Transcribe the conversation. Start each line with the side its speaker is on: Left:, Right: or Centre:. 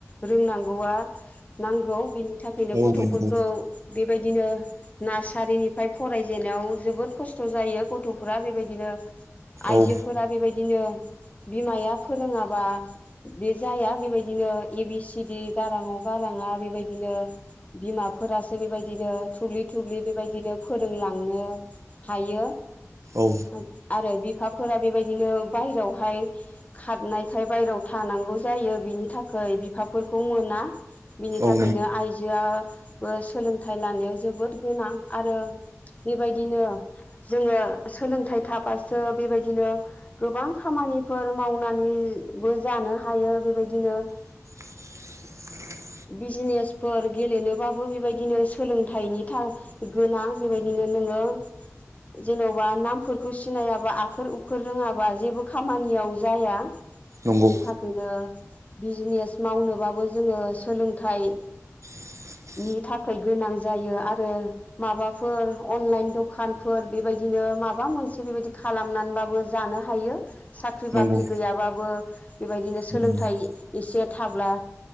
Left: रोंनांगौआ नांगौ बिनि थाखैयनो
Right: औ
Left: गथ'फोरखौ
Right: नंगौ
Left: बे बायदिनो नार्सारिनिफ्राय फरायजेननायाव जोबोर खस्थ' जायो गथ'फोरा बेबायदिनो आइजोफोरा
Right: औ
Left: बेबायदिनो बिमाया फोरोंङाबा बे जाया बेबायदिनो ए बि सि डि गारांअ गांरांआ बांङा बेबायदिनो बिमाफोरासो बेबायदिनो थुब्लि थुब्लि बेबायदिनो फोरोंलाङो नो हायो
Right: औ
Left: ओ आरो बिफा फोरा बेबायदिनो बायहेरायावहाय खारनायखाय बायेरायाव थानांगौ जायो बिनि थाखै बिफाफोरखौ मोना बिनि थाखैयनो
Right: औ
Left: आइजोआ ओ सोलोंथाइ लानायाव जोबोद गोनां आरो बेबायदिनो जोंङो सोलोंथाइ थाबासो बेबायदिनो गोबां खामानि निफोर मावनानैबो जानो हायो बेबायदिनो
Right: <inaudible>
Left: बिजनेसफोर गेलेनोबाबो बेबायदिनो सोलोंथाइनि था गोनां बेबायदिनो नोंङो जेन'बा नामफोरखौ सिनायाबा आखोर उखोर रोङाबा जेबो खामानियाव जाया।
Right: नंगौ
Left: बिनि थाखैयनो बिजनेस मावनोबाबो जोंङो सि सोलोंथाइ
Right: <inaudible>
Left: नि थाखैय गोनां जायो आरो माबाफोर अनलाइन दखानफोर बेबायदिनो माबा मोनसे बेबायदि खालामनानैबाबो जानो हायो साख्रि
Right: नंगौ
Left: बाख्रि गैयाबाबो बेबायदिनो
Right: नंगौ
Left: सोलोंथाइ एसे थाब्ला